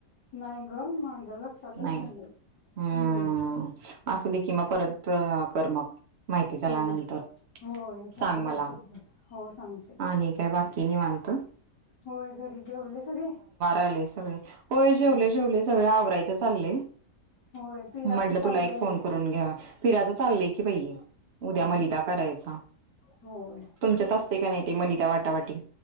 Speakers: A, on the left (about 80°); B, on the right (about 55°).
A: नाही ग माझ्या लक्षातच
B: नाही
A: नाहीय्य
B: हम्म
A: हम्
B: असू दे की मग परत क कर मग माहिती झाल्यानंतर
A: हम्म होय फोन
B: सांग
A: करते
B: मला
A: की हो सांगते
B: आणि काय बाकी निवांत.
A: होय घरी जेवले सगळे
B: ग होय जेवले
A: हो
B: जेवले सगळ आवरायच चालले
A: होय पिराच
B: म्हंटलं
A: चालू
B: तुला एक
A: आहे
B: फोन
A: ना.
B: करून घ्या फिरायचं चाललंय की पाहि उद्या
A: होय
B: मलिदा करायचा
A: होय
B: तुमच्यात असते का नाही ते मलिता वाटावाटी